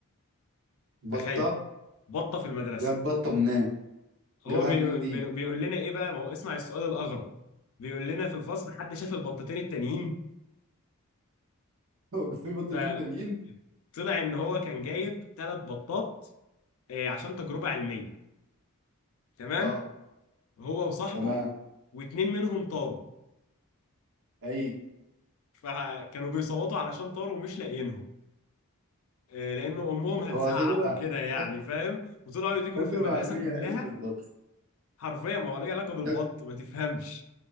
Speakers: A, on the left; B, on the right.
A: تخيل
B: بطه
A: بطة في المدرسة
B: جاب بطة منين
A: هو
B: جابها
A: بي...
B: منين دي
A: بي... بيقول لنا ايه بقى؟ ما هو اسمع السؤال الأغرب بيقول لنا في الفصل حد شاف البطتين التانيين
B: <laughs> هو في بطتين
A: فطلع
B: تانيين
A: ان هو كان جايب ثلاث بطات آه، عشان تجربة علمية تمام
B: اه
A: هو وصاحبه
B: تمام
A: واتنين منهم طاروا
B: اي
A: فكانوا بيصوتوا علشان طاروا ومش لاقيينهم آه، لان امهم هتزعق
B: هو تجربة
A: وكده يعني
B: تج-
A: فاهم وطلعوا يجروا
B: تجربة
A: في المدرسة
B: علمية
A: كلها
B: اقل من البط
A: حرفيا ما هو ليه علاقة بالبط
B: تج...
A: ما تفهمش